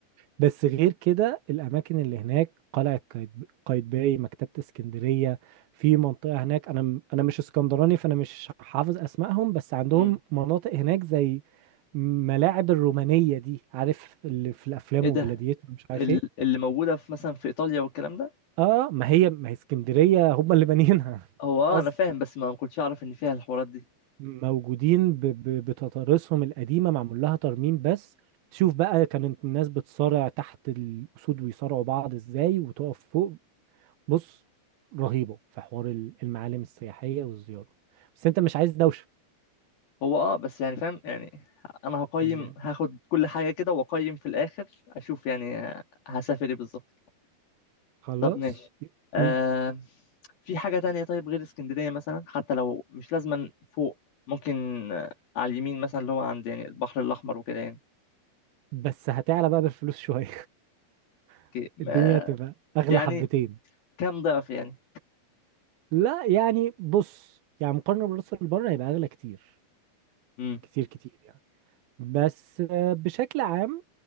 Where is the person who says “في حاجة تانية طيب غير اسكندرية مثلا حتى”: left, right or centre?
Left